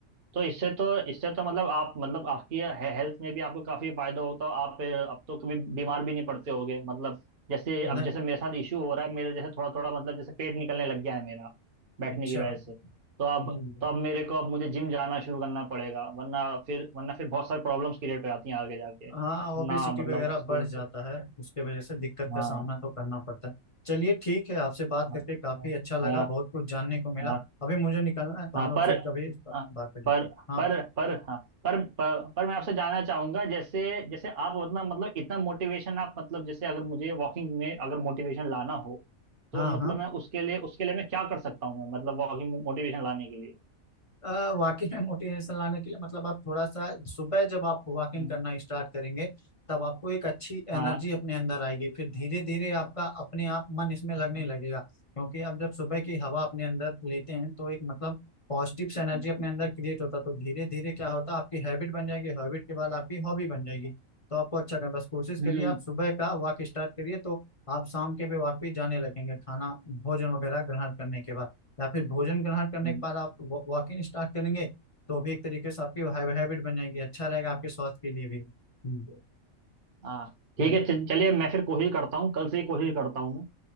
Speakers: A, on the right; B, on the left.
A: तो इससे तो इससे तो मतलब आप मतलब आपकी हेल्थ में भी आपको काफी फायदा होता है आप अ, अब तो कभी बीमार भी नहीं पड़ते होगे मतलब जैसे अब
B: नहीं
A: जैसे मेरे साथ इशू हो रहा है मेरे जैसे थोड़ा थोड़ा मतलब जैसे पेट निकलने लग गया है मेरा बैठने
B: अच्छा
A: की वजह से तो अब
B: हम्म
A: तो अब मेरे को अब मुझे जिम जाना शुरू करना पड़ेगा वरना फिर वरना फिर बहुत सारी प्रॉब्लम्स क्रिएट हो जाती हैं आगे जाके
B: हाँ ओबेसिटी
A: ना मतलब
B: वगैरह
A: उसकी
B: बढ़
A: वजह से
B: जाता है उसके वजह से दिक्कत
A: हाँ
B: का सामना तो करना पड़ता है चलिए ठीक है आपसे बात
A: हाँ
B: करके काफी
A: हाँ
B: अच्छा लगा
A: हाँ
B: बहुत कुछ जानने को मिला
A: हाँ
B: अभी मुझे निकलना है तो हम
A: हाँ,
B: लोग
A: पर
B: फिर कभी इस बा-
A: हाँ,
B: बात पे देखते
A: पर
B: हैं। हाँ
A: पर पर हाँ पर पर, पर मैं आपसे जानना चाहूंगा जैसे जैसे आप मतलब मतलब इतना मोटिवेशन आप मतलब जैसे अगर मुझे वॉकिंग में अगर मोटिवेशन लाना हो तो
B: हाँ
A: मतलब
B: हाँ
A: मैं उसके लिए उसके लिए मैं क्या कर सकता हूँ मैं मतलब वॉकिंग मोटिवेशन लाने के लिए
B: अ, वाकई में मोटिवेशन लाने के लिए मतलब आप थोड़ा सा सुबह जब आप वॉकिंग
A: हम्म,
B: करना स्टार्ट करेंगे तब आपको एक अच्छी एनर्जी
A: हाँ
B: अपने अंदर आएगी फिर धीरे धीरे आपका अपने आप मन इसमें लगने
A: हम्म
B: लगेगा क्योंकि आप जब सुबह की हवा अपने अंदर लेते हैं तो एक मतलब पॉजिटिव से एनर्जी
A: हम्म
B: अपने अंदर क्रिएट होता है तो धीरे धीरे क्या होता है आपकी हैबिट बन जाएगी हैबिट के बाद आपकी हॉबी बन जाएगी तो आपको अच्छा करना बस कोशिश करिए
A: हम्म,
B: आप सुबह का वॉक स्टार्ट करिए तो आप शाम के भी वॉक पे जाने लगेंगे खाना भोजन वगैरह ग्रहण करने के बाद या फिर भोजन ग्रहण करने
A: हम्म,
B: के बाद आप वॉकिंग स्टार्ट करेंगे तो भी एक तरीके से आपकी हैबिट बन जाएंगी अच्छा रहेगा आपके स्वास्थ्य के लिए भी हम्म,
A: हाँ ठीक
B: हाँ।
A: है चल- चलिए मैं फिर कोशिश करता हूँ कल से ही कोशिश करता हूँ मैं